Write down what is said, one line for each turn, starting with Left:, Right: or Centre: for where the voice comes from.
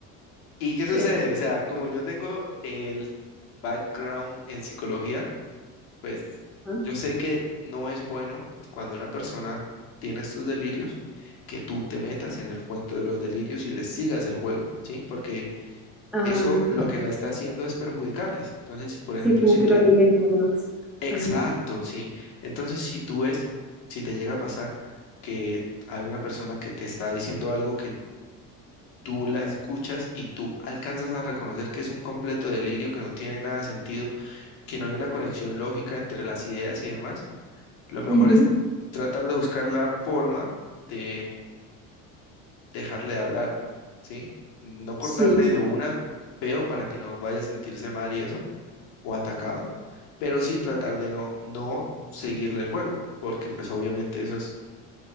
Left: ¿Y qué
Centre: Che-
Left: sucede? O sea, como yo tengo el background en psicología, Pues
Centre: ajá.
Left: yo sé que no es bueno cuando una persona tiene estos delirios que tú te metas en el cuento de los delirios y les sigas el juego, ¿sí? Porque
Centre: Ah,
Left: eso lo
Centre: ok.
Left: que va a estar haciendo es perjudicarles. Entonces, si, por ejemplo,
Centre: Sí, como
Left: si
Centre: que
Left: tú...
Centre: lo alimenta más.
Left: Exacto,
Centre: Ajá.
Left: sí. Entonces, si tú ves, si te llega a pasar que hay una persona que te está diciendo algo que tú la escuchas y tú alcanzas a reconocer que es un completo delirio, que no tiene nada de sentido, que no hay una conexión lógica entre las ideas y demás lo mejor
Centre: ujú,
Left: es tratar de buscar la forma de dejarle de hablar, ¿sí? No cortarle
Centre: Sí.
Left: de una peo para que no vaya a sentirse mal y eso, o atacado, pero sí tratar de no, no seguirle el juego, porque pues obviamente eso es